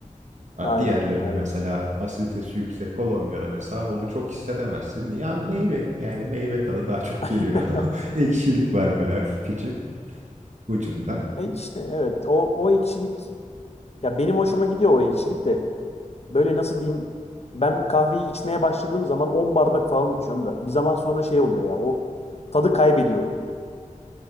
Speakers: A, on the right; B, on the left.
A: Ha,
B: Aynen.
A: Diğerlerine
B: Aynen.
A: mesela asiditesi yüksek Kolombiya'da mesela onu çok hissedemezsin. Ya meyve yani meyve tadı daha çok
B: <laughs>
A: geliyor. <laughs> Ekşilik var böyle hafif küçük ucundan.
B: E işte evet o o ekşilik ya benim hoşuma gidiyor o ekşilik de Böyle nasıl diyeyim? Ben kahveyi içmeye başladığım zaman 10 bardak falan içiyorum da bir zaman sonra şey oluyor ya o tadı kaybediyorum.